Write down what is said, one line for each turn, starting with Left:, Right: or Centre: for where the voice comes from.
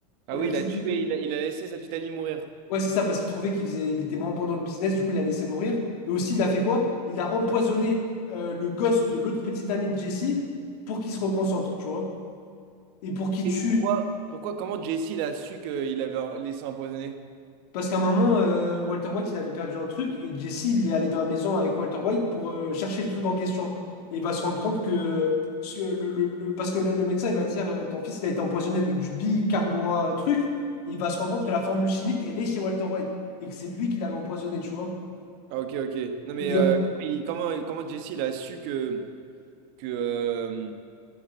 Right: Ah
Left: Et la
Right: oui,
Left: petite.
Right: il a tué, il a, il a laissé sa petite amie mourir.
Left: Ouais, c'est ça, parce qu'il trouvait qu'il faisait, il était moins bon dans le business, du coup, il l'a laissé mourir. Et aussi, il a fait quoi? Il a empoisonné euh, le gosse de l'autre petite amie de Jesse pour qu'il se reconcentre, tu vois. Et pour qu'il
Right: Et
Left: tue
Right: pourquoi? Pourquoi, comment Jesse il a su qu'il avait en- laissé empoisonner?
Left: Parce qu'à un moment, euh, Walter White, il avait perdu un truc et Jesse, il est allé dans la maison avec Walter White pour euh, chercher le truc en question. Et il va se rendre compte que, ce que le, le- le- parce que le, le médecin, il va dire, euh, ton fils, il a été empoisonné avec du bicarbonate truc. Et il va se rendre compte que la formule chimique, elle est chez Walter White et que c'est lui qui l'avait empoisonné, tu vois.
Right: Ah ok, ok. Non mais
Left: Il,
Right: euh, il- comment, comment Jesse il a su que, que euh,